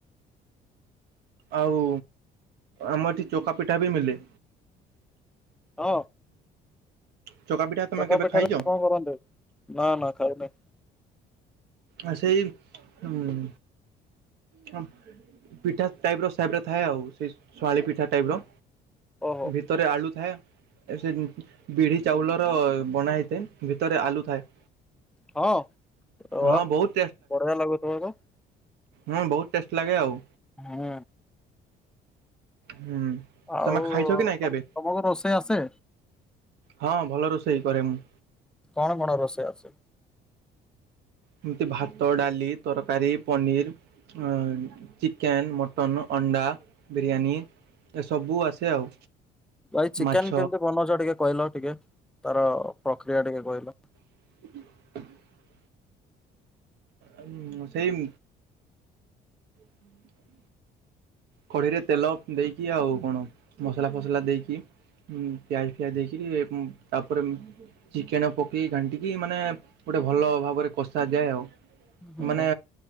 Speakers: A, on the right (about 75°); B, in the centre.
A: ଆଉ ଆମ ଏଠି ଚକାପିଠା ବି ମିଲେ।
B: ହଁ।
A: ଚକା ପିଠା ତମେ
B: ଚକା
A: କେବେ
B: ପିଠାରେ
A: ଖାଇଛ?
B: କଣ କରନ୍ତେ? ହଁ ହଁ <unintelligible>
A: ଆ ସେଇ ଉଁ ହ ପିଠା ଟାଇପ ର ସେବରେ ଥାଏ ଆଉ ସେଇ ଶଳି ପିଠା ଟାଇପ ର।
B: ଓହୋ
A: ଭିତରେ ଆଳୁ ଥାଏ। ସେ ବିଢି ଚାଉଳର ବନା ହେଇଥାଏ ଭିତରେ ଆଲୁ ଥାଏ।
B: ହଁ ର
A: ହଁ ବହୁତ
B: ବଢିଆ ଲାଗୁଥିବ ତ।
A: ହଁ ବହୁତ ଟେଷ୍ଟ ଲାଗେ ଆଉ।
B: ହୁଁ।
A: ହୁଁ।
B: ଆଉ
A: ତମେ ଖାଇଛ କି ନାଇଁ
B: ତମକୁ
A: କେବେ?
B: ରୋଷେଇ ଆସେ?
A: ହଁ ଭଲ ରୋଷେଇ କରେ ମୁଁ।
B: କଣ କଣ ରୋଷେଇ ଆସେ?
A: ଏମିତି ଭାତ ଡାଲି ତରକାରୀ ପନିର। ହଁ ଚିକେନ ମଟନ ଅଣ୍ଡା ବିରିୟାନୀ। ସବୁ ଆସେ ଆଉ।
B: ଭାଇ ଚିକେନ
A: ମାଛ
B: କେମିତି ବନଉଛ ଟିକେ କହିଲ ଟିକେ ତାର ପ୍ରକ୍ରିୟା ଟିକେ କହିଲ?
A: <inaudible> ହୁଁ ସେଇ <inaudible> କଢେଇରେ ତେଲ ଦେଇକି ଆଉ କଣ ମସଲା ଫସଲା ଦେଇକି ପିଆଜ ପିଆଜ ଦେଇକିରି ତାପରେ ଚିକେନ ପକେଇ ଘାଣ୍ଟିକି ମାନେ ଗୋଟେ ଭଲ ଭାବରେ କଷା ଯାଏ ଆଉ।
B: ହୁଁ
A: ମାନେ